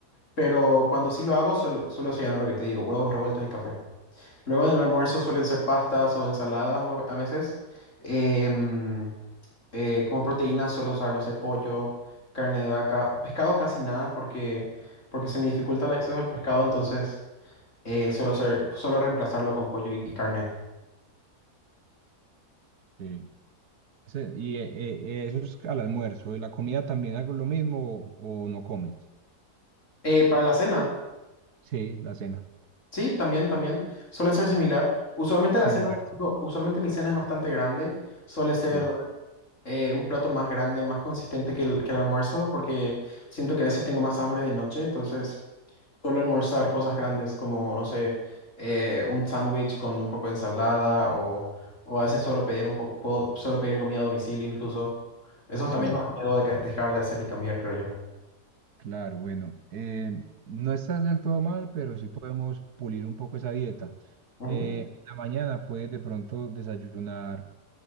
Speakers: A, on the left; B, on the right.
A: Pero cuando sí lo hago, suelo, suelo desayunar lo que te digo, huevos revueltos y café. Luego en el almuerzo suelen ser pastas o ensaladas o a a veces. Em, eh, como proteína suelo usar, no sé, pollo, carne de vaca, pescado casi nada porque, porque se me dificulta el acceso al pescado, entonces eh, suelo hacer- suelo reemplazarlo con pollo y, y carne.
B: Eh, ese- y eh, eh, eso es al almuerzo. ¿Y ¿La comida también hago lo mismo o, o no comes?
A: Eh, para la cena,
B: Sí, la cena.
A: sí, también, también. Suele ser similar. Usualmente
B: Similares.
A: la cena, no, usualmente mi cena es bastante grande. Suele ser
B: Sí,
A: eh, un plato más grande, más consistente que el, que el almuerzo, porque siento que a veces tengo más hambre de noche, entonces suelo almorzar cosas grandes como, no sé, eh, un sándwich con un poco de ensalada o, o a veces solo pedir un poco, puedo- suelo pedir comida a domicilio incluso. Eso
B: sí.
A: también es algo que debo de ca- dejar de hacer y cambiar, creo yo.
B: Claro, bueno, eh, no estás del todo mal, pero sí podemos pulir un poco esa dieta.
A: Ujú,
B: Eh, en la mañana puedes de pronto desayunar